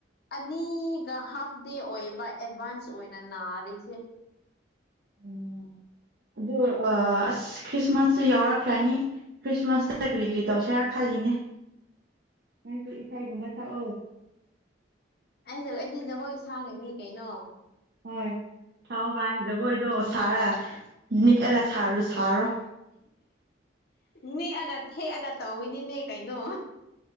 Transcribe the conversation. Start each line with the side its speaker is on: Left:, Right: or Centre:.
Left: ꯑꯅꯤꯒ ꯍꯥꯐ ꯗꯦ ꯑꯣꯏꯕ ꯑꯦꯗꯚꯥꯟꯁ ꯑꯣꯏꯅ ꯅꯥꯔꯤꯁꯦ
Right: ꯎꯝ ꯑꯗꯨ ꯑꯁ ꯈ꯭ꯔꯤꯁꯃꯥꯁꯁꯨ ꯌꯥꯎꯔꯛꯈ꯭ꯔꯅꯤ ꯈ꯭ꯔꯤꯁꯃꯥꯁꯇ ꯀꯔꯤ ꯀꯔꯤ ꯇꯧꯁꯦꯔꯥ ꯈꯜꯂꯤꯅꯦ ꯅꯪꯁꯨ ꯏꯁꯩꯥꯏꯒꯨꯝꯕ ꯁꯛꯑꯣ
Left: ꯑꯩꯁꯨ ꯑꯩꯗꯤ ꯖꯒꯣꯏ ꯁꯥꯥꯡꯉꯅꯤ ꯀꯩꯅꯣ
Right: ꯍꯣꯏ ꯊꯥꯛꯑꯣ ꯚꯥꯏ ꯖꯒꯣꯏꯗꯣ ꯁꯥꯔꯒ ꯅꯤꯛꯑꯒ ꯁꯥꯔ ꯁꯥꯔꯣ
Left: ꯅꯦꯛꯑꯒ ꯍꯦꯛꯑꯒ ꯇꯧꯋꯤꯅꯤꯅꯦ ꯀꯩꯅꯣ